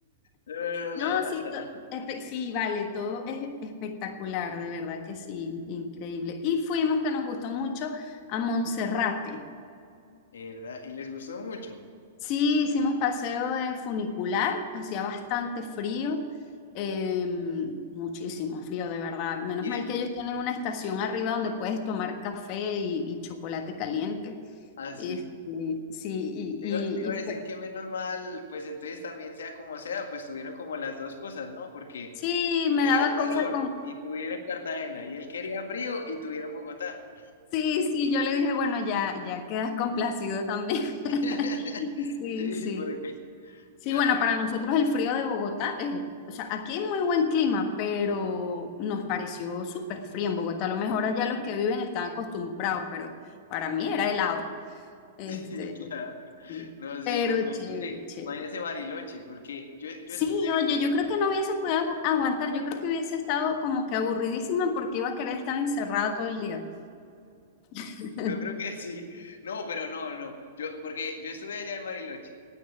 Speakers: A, on the left (about 80°); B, on the left (about 45°).
A: No, no,
B: No,
A: no, la balsa,
B: sí, to- espe- sí, vale, todo es espectacular, de verdad que sí, increíble. Y fuimos, que nos gustó mucho, a Monserrate.
A: ¿verdad? Y les gustó mucho.
B: Sí, hicimos paseo en funicular, hacía bastante frío, eh, muchísimo frío, de verdad. Menos
A: Y
B: mal
A: de...
B: que ellos tienen una estación arriba donde puedes tomar café y, y chocolate caliente.
A: Así.
B: Este, sí, y,
A: Te iba, te iba
B: y- y
A: a decir
B: fue-
A: que menos mal, pues entonces también sea como sea, pues tuvieron como las dos cosas, ¿no? Porque
B: Sí,
A: yo
B: me
A: quería
B: daba
A: calor
B: cosas
A: y tuvieron en Cartagena, y él quería frío y tuvieron Bogotá.
B: Sí, sí, yo le dije, bueno, ya, ya quedas complacido también. <laughs>
A: <laughs>
B: Sí,
A: Sí,
B: sí.
A: porque,
B: Sí,
A: claro,
B: bueno, para nosotros el frío de Bogotá, es- o sea, aquí hay muy buen clima, pero nos pareció súper frío en Bogotá. A lo mejor allá los que viven están acostumbrados, pero para mí era helado. Este,
A: <laughs> sí, claro.
B: sí.
A: No, sí,
B: Pero
A: imagínese,
B: chévere, chévere.
A: imagínese Bariloche, porque yo, yo
B: Sí,
A: estuve
B: oye, yo creo que no hubiese podido agu- aguantar. Yo creo que hubiese estado como que aburridísima porque iba a querer estar encerrada todo el día. <laughs>
A: Yo creo que <laughs> sí. No, pero no, no. Yo, porque yo estuve allá en Bariloche.